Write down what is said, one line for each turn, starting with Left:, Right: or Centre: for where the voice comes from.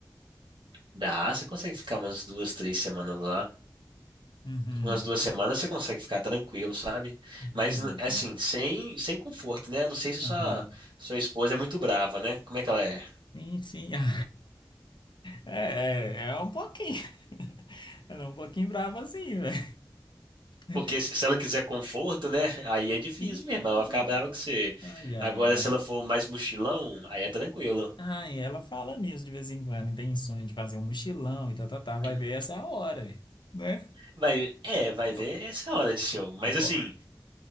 Right: Dá, você consegue ficar umas duas, três semanas lá.
Left: Uhum,
Right: Umas duas semanas você consegue ficar tranquilo, sabe?
Left: entendi.
Right: Mas, assim, sem, sem conforto, né? Eu Não sei se
Left: Aham.
Right: sua, sua esposa é muito brava, né? Como é que ela é?
Left: Sim, sim. <laughs> É, é, é um pouquinho. <laughs> Ela é um pouquinho brava assim, velho. <laughs>
Right: Porque se, se ela quiser conforto, né? Aí é difícil
Left: Ih.
Right: mesmo, ela vai ficar brava com você.
Left: Ai,
Right: Agora,
Left: ai, ai.
Right: se ela for mais mochilão, aí é tranquilo.
Left: Ai, ela fala nisso de vez em quando, tem sonho de fazer um mochilão e tá, tá, tá, vai
Right: Hum.
Left: ver essa hora, né?
Right: Vai, é, vai ver
Left: Eu,
Right: essa hora de show. Mas,
Left: eu, po-
Right: assim,